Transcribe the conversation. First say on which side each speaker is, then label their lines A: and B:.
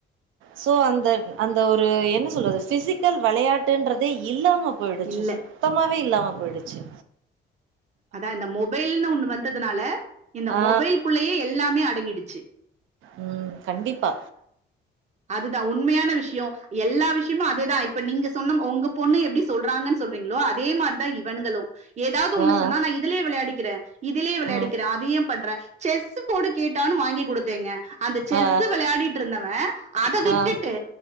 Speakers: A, on the right; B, on the right.
A: சோ அந்த அந்த ஒரு என்ன சொல்றது பிசிக்கல் விளையாட்டுன்றதே இல்லாம போயிடுச்சு
B: இல்ல
A: சுத்தமாவே இல்லாம போய்டுச்சு
B: அதா இந்த மொபைல்னு ஒன்னூ வந்ததுனால இந்த
A: ஆ
B: மொபைல் குள்லையே எல்லாமே அடங்கிடுச்சு
A: உ கண்டிப்பா
B: அதுதா உண்மயான விஷயோ எல்லா விஷயமு அதுதா இப்ப நீங்க சொன்ன உங்க பொண்ணு எப்டி சொல்றாங்கன் சொல்றீங்களோ அதே மாரிதா இவன்னுகலு ஏதாவது ஒன்னு
A: ஆ
B: சொன்னா நா இதிலே விளையாடிக்கிறே இதிலே விளையாடிக்கிறே
A: ம்
B: அதயே பண்ற செஸ் போடு கேட்டான் வாங்கிகுடுத்தேங்க அந்த செஸ்ஸ
A: ஆ
B: விளையாடிட்ருந்தவே அத விட்டுட்டு
A: ஆ